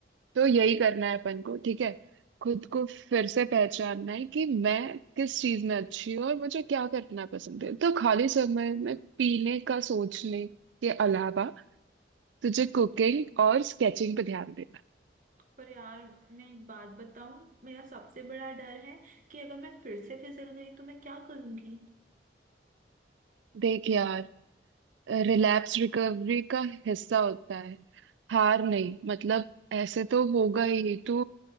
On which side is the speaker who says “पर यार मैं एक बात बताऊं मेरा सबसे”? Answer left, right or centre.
Right